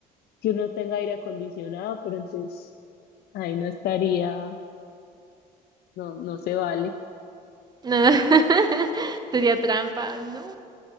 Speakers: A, on the left; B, on the right.
A: que uno tenga aire acondicionado, pero entonces ahí no estaría, <laughs> no, no se vale.
B: <laughs> sería trampa, ¿no?